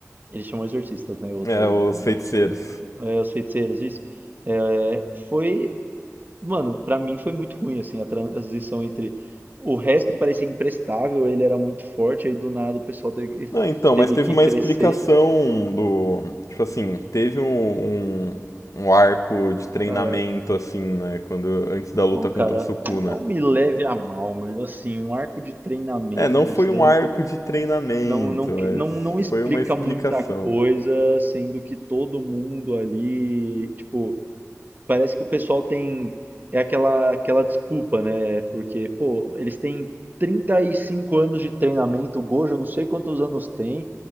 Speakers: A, on the right (about 35°); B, on the left (about 80°).
A: eles chamam exorcistas, né? Eu
B: É,
A: tô
B: os
A: maluco.
B: feiticeiros.
A: É, os feiticeiros, isso. É, foi Mano, pra mim foi muito ruim, assim, a transição entre. O resto parecia imprestável, ele era muito forte, aí do nada o pessoal teve,
B: Não, então, mas
A: teve
B: teve
A: que
B: uma
A: crescer.
B: explicação do. Tipo assim, teve um, um, um arco de treinamento,
A: Cara,
B: assim, né? Quando, antes da luta
A: ô, cara,
B: contra o Sukuna.
A: não me leve a mal, mas assim, um arco de treinamento,
B: É, não
A: considerando
B: foi um arco
A: que eu-
B: de treinamento,
A: não, não,
B: mas
A: que- não, não explica
B: foi uma explicação.
A: muita coisa, sendo que todo mundo ali, tipo. Parece que o pessoal tem é aquela aquela desculpa, né? Porque, pô, eles têm 35 anos de treinamento, o Gojo eu não sei quantos anos tem,